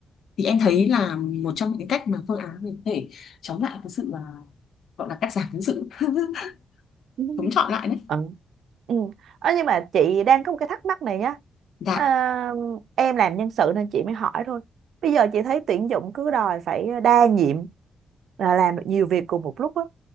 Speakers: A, on the left; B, on the right.
A: thì em thấy là một trong những cái cách mà phương án mình có thể chống lại cái sự à, gọi là cắt giảm cái sự <laughs>
B: ừ.
A: chống chọi lại đấy
B: Ờ. ừ. Ờ, nhưng mà chị đang có một cái thắc mắc này nhá
A: dạ
B: à, em làm nhân sự nên chị mới hỏi thôi bây giờ chị thấy tuyển dụng cứ đòi phải đa nhiệm là làm được nhiều việc cùng một lúc á